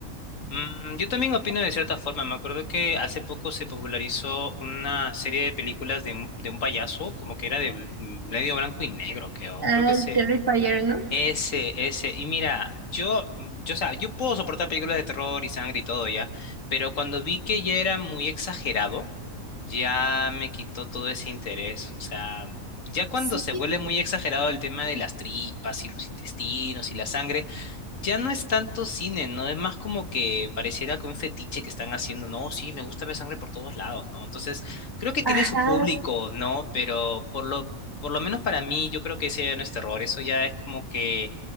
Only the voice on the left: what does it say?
Mm, yo también opino de cierta forma. Me acuerdo que hace poco se popularizó una serie de películas de un, de un payaso, como que era de bl- medio blanco y negro, creo.
Creo que se.
Ese, ese. Y mira, yo, yo, o sea, yo puedo soportar películas de terror y sangre y todo ya, pero cuando vi que ya era muy exagerado ya me quitó todo ese interés. O sea, ya cuando
se vuelve muy exagerado el tema de las tripas y los intestinos y la sangre, ya no es tanto cine, ¿no? Es más como que pareciera que un fetiche que están haciendo, no, sí, me gusta ver sangre por todos lados, ¿no? Entonces, creo que tiene
su público, ¿no? Pero por lo... Por lo menos para mí, yo creo que ese ya no es terror, eso ya es como que,